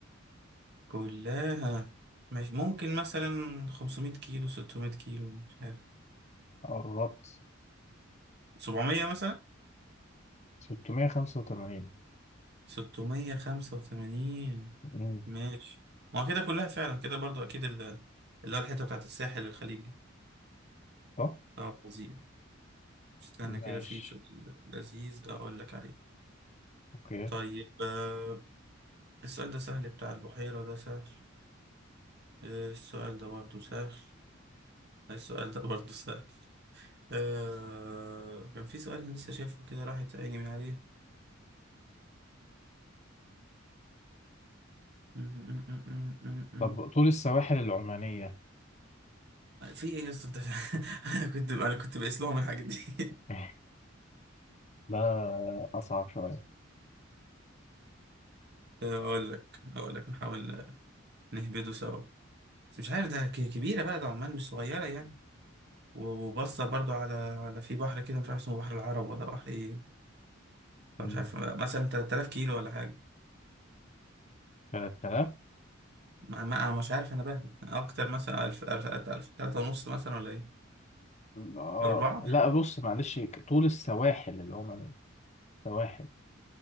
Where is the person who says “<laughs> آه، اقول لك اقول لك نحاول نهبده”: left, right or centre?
Right